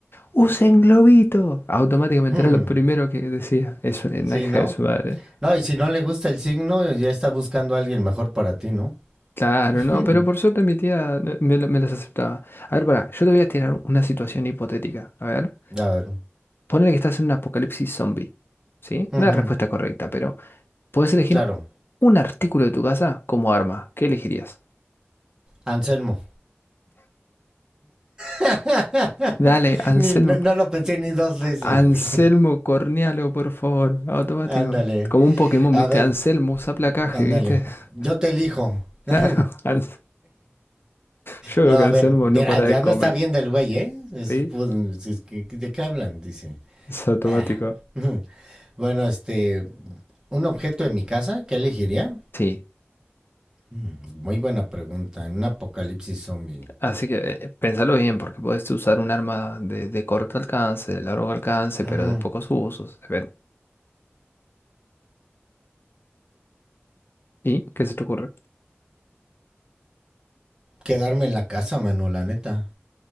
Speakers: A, on the left; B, on the right.
A: Usen globito. Automáticamente
B: hmm,
A: era lo primero que decía. Es una
B: Sí,
A: hija
B: ¿no?
A: de su madre.
B: No, y si no le gusta el signo, ya está buscando a alguien mejor para ti, ¿no?
A: Claro,
B: <laughs>
A: no, pero por suerte mi tía no- me, lo- me las aceptaba. A ver, pará, yo te voy a tirar una situación hipotética. A ver,
B: A ver.
A: ponele que estás en un apocalipsis zombie. ¿Sí?
B: ujú,
A: No hay respuesta correcta, pero puedes elegir
B: Claro.
A: un artículo de tu casa como arma. ¿Qué elegirías?
B: Anselmo. <laughs>
A: Dale, Anselmo.
B: Ni- no, no lo pensé ni dos veces,
A: Anselmo
B: güey.
A: Cornialo, por favor. Automático.
B: Ándale.
A: Como un Pokémon,
B: A
A: ¿viste?
B: ver,
A: Anselmo usa placaje,
B: ándale.
A: ¿viste? <laughs>
B: Yo te elijo. <laughs>
A: Claro. Anselmo. Yo veo
B: no,
A: que
B: a
A: Anselmo
B: ver, mira,
A: no para
B: ya
A: de comer,
B: me está viendo el güey, ¿eh? Es,
A: ¿sí?
B: pues, si es que- ¿De qué hablan? Dice.
A: Es automático.
B: Ah. <laughs> Bueno, este, un objeto de mi casa, ¿qué elegiría?
A: Sí,
B: Mm, Muy buena pregunta. En un apocalipsis zombie.
A: así que eh, pensalo bien, porque puedes usar un arma de, de corto alcance, de largo alcance,
B: Ujú.
A: pero de pocos usos. depende. ¿Y qué se te ocurre?
B: Quedarme en la casa, mano, la neta.